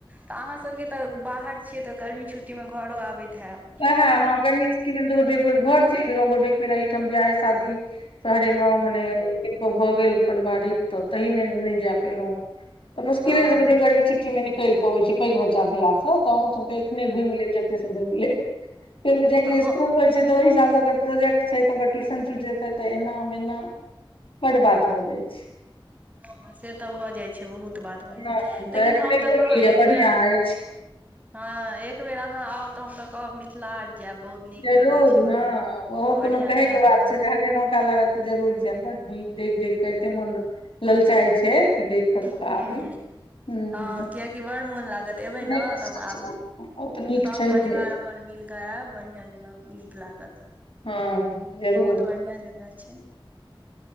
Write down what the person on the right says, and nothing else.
तऽ अहाँसभके तऽ बाहर छियै तऽ गर्मी छुट्टीमे घरो आबैत हयब
हँ
हँ
हँ
हँ
ह <unintelligible> ह से तऽ भऽ जाइ छै बहुत बात भऽ जाइ
छै लेकिन
हम तऽ
कहब
एक
बेेर
हँ एक बेेर अहाँ आउ तऽ हम तऽ कहब मिथिला हाट जायब बहुत नीक
जगह छै बढ़ियां
बढ़ियां
जेना घूमब
ह
हँ कियकि बड़ मोन लागत एबै
ने तब
आब
सब
परिवार अपन मिल क आयब बढ़िआं जेना नीक लागत
बहुत बढ़िआँ जगह छै